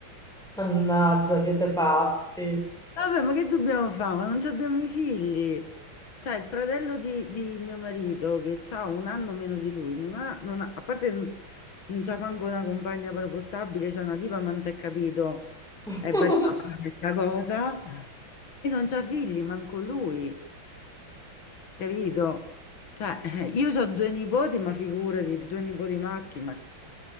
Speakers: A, in the centre; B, on the left (about 75°).
A: Mannaggia, siete pazzi.
B: Vabbè, ma che dobbiamo fare? Ma non ci abbiamo i figli. Cioè, il fratello di, di mio marito, che ha un anno meno di lui, non ha, non ha- a parte n- non c'ha manco una compagna proprio stabile, c'è una tipa, ma non si è capito,
A: <laughs>
B: è variabile questa cosa, e non c'ha figli, manco lui, capito? Cioè, <laughs> eh, io ho due nipoti, ma figurati, due nipoti maschi, ma...